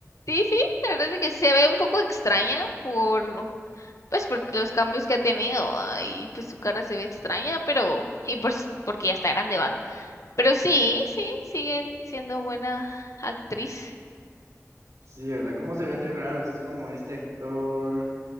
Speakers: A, on the left; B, on the right.
A: sí, sí. La verdad es que sí se ve un poco extraña por, pues, por los cambios que ha tenido. ah, Y pues su cara se ve extraña, pero y pues porque ya está grande va. Pero sí, sí, sigue siendo buena actriz.
B: Sí, ¿verdad? ¿Cómo se vende raro? Es como este actor.